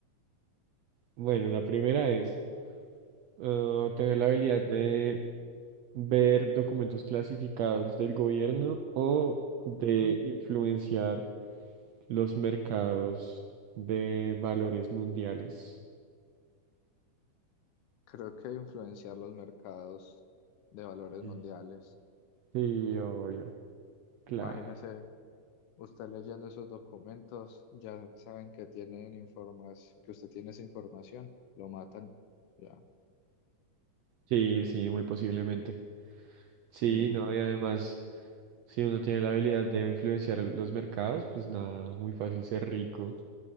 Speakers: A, on the right (about 80°); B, on the left (about 75°).
A: Bueno, la primera es ah, tener la habilidad de ver documentos clasificados del gobierno o
B: Ajá.
A: de influenciar los mercados de valores mundiales.
B: Creo que influenciar los mercados de valores
A: Mm.
B: mundiales.
A: Sí, obvio, claro.
B: Imagínese usted leyendo esos documentos, ya saben que tienen información, que usted tiene esa información, lo matan. Ya.
A: Sí, sí, muy posiblemente. Sí,
B: Sí.
A: no, y además, si uno tiene la habilidad de influenciar los mercados, pues nada, muy fácil ser rico.